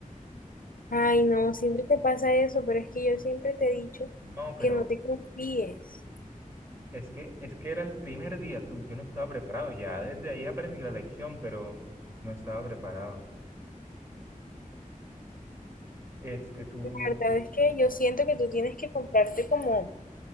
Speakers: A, on the left; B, on the right.
A: Ay, no, siempre te pasa eso, pero es que yo siempre te he dicho
B: No, pero
A: que no te confíes.
B: es que, es que era el primer día, tú, yo no estaba preparado, ya desde ahí aprendí la lección, pero no estaba preparado. Este, tú,
A: La verdad es que yo siento que tú tienes que comprarte como